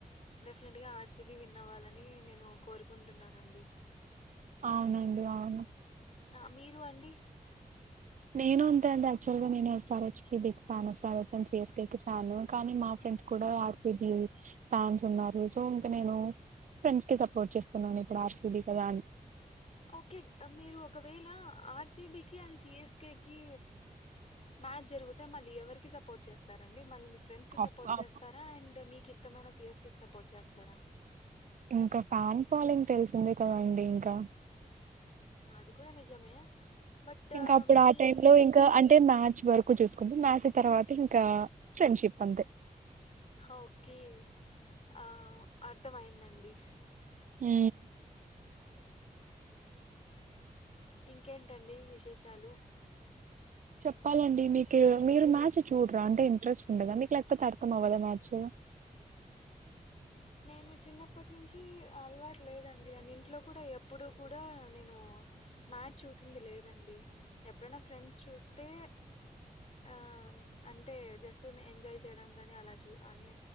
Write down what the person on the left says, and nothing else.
డెఫినెట్ గా ఆర్ సిబి విన్ అవ్వాలని నేను కోరుకుంటున్నానండి
ఆ మీరు అండి
ఓకే మీరు ఒకవేళ ఆర్ సి బి కి అండ్ సి ఎస్ కె కి మ్యాచ్ జరిగితే మళ్ళీ ఎవరికి సపోర్ట్ చేస్తారండి మళ్ళీ మీ ఫ్రెండ్స్ కి
సపోర్ట్
చేస్తారా అండ్ మీకు ఇష్టమైన సి ఎస్ కె కి సపోర్ట్ చేస్తారా
అది కూడా నిజమే బట్
మీరు
ఓకే ఆ అర్థం అయిందండి
ఇంకేంటండి విశేషాలు
నేను చిన్నప్పటి నుంచి అలవాటు లేదండి అని ఇంట్లో కూడా ఎప్పుడు కూడా నేను మ్యాచ్ చూసింది లేదండి ఎప్పుడైనా ఫ్రెండ్స్ చూస్తే ఆ అంటే జస్ట్ ఎంజాయ్ చేయడం కాగాని అలా చూ అని